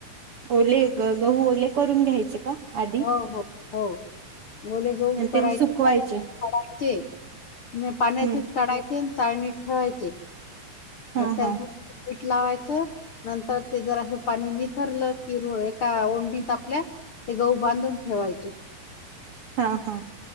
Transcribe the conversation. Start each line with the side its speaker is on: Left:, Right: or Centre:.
Right: ओले गहू ओले करून घ्यायचे का? आधी?
Left: हो. हो. हो ओले गहुं
Right: आणि
Left: करायचे
Right: ते सुकवायचे
Left: कय पढायचे. पाण्याचे
Right: हम्म
Left: काढायचे चाळणी ठेवायचे.
Right: हा
Left: त्याला
Right: हा
Left: थोडे लावायचं. नंतर ते जर असं पाणी निथरलं की. एका ओंडीत आपल्या. ते गहू बांधून ठेवायचे.
Right: हा हा.